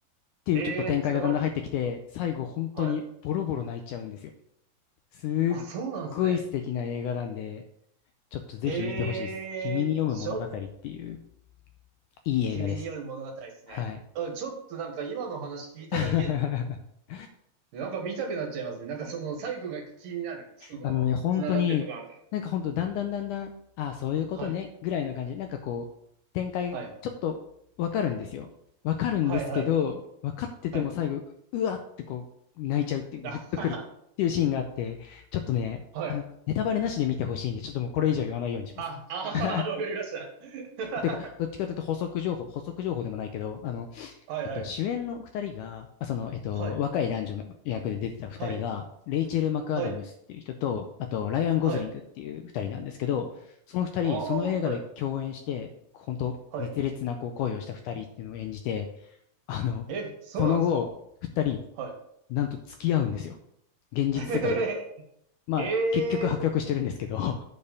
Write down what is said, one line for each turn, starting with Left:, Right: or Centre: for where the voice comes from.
Left: ていうちょっと展開がだんだん入ってきて、
Right: ええー、つながるんですか
Left: 最後本当にボロボロ泣いちゃうんですよ。
Right: はい
Left: すっごい素敵な映画なんで、
Right: あ、そうなんですね。
Left: ちょっとぜひ見てほしいです。
Right: ええー、
Left: 君に読む物語っていう
Right: ちょっと、
Left: いい映画です。
Right: 君による物語ですね。
Left: はい。
Right: あ、ちょっとなんか今の話聞いただけでも、
Left: <laughs>
Right: なんか見たくなっちゃいますね。なんかその最後が気になる。その、
Left: あのね、本当に、
Right: 繋がってるのかなみたいな。
Left: なんか本当だんだんだんだん、ああ、そういうことね、
Right: はい。
Left: ぐらいの感じで、なんかこう、展開、
Right: はい。
Left: ちょっとわかるんですよ。わかるんですけど、
Right: はい、はい。
Left: わかってても最後、
Right: はい。
Left: うわってこう、泣いちゃうっていう、
Right: あは
Left: ぐっとくるっていうシーンがあって、ちょっとね、
Right: ははい。
Left: あの、ネタバレなしで見てほしいんで、ちょっともうこれ以上言わないようにします。
Right: あ、あーわかりました。
Left: <laughs>
Right: <laughs>
Left: ていうか、どっちかというと補足情報、補足情報でもないけど、あの、
Right: はい、
Left: えっと、
Right: はい。
Left: 主演の二人が、あ、その、えっと、
Right: はい。
Left: 若い男女の役で出てた二人が、
Right: はい。
Left: レイチェル・マクアダムスっていう人と、
Right: はい。
Left: あと、ライアン・ゴズリングっていう二人なんですけど、
Right: はい。
Left: その二人、
Right: ああ、
Left: その映画で共演して、
Right: はい。
Left: 本当熱烈なこう恋をした二人っていうのを演じて、
Right: はい。
Left: あの、
Right: え、そうなんですか
Left: その後、二人、
Right: はい。
Left: なんと付き合うんですよ。現実世界で。
Right: <laughs>
Left: まあ、
Right: え
Left: 結局破局してるんですけど。
Right: えー。
Left: <laughs>